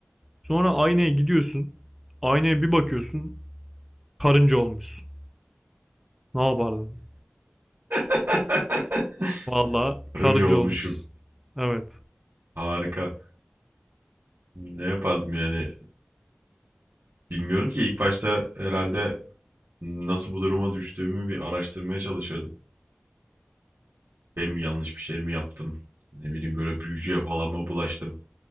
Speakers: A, in the centre; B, on the right.
A: Sonra aynaya gidiyorsun. Aynaya bir bakıyorsun. Karınca olmuşsun. Ne yapardın?
B: <laughs>
A: Vallahi
B: Karınca
A: karınca
B: olmuşum.
A: olmuşsun. Evet.
B: Harika. Ne yapardım yani? Bilmiyorum ki ilk başta herhalde nasıl bu duruma düştüğümü bir araştırmaya çalışırdım. Şey mi yanlış bir şey mi yaptım? Ne bileyim böyle büyücüye falan mı bulaştım?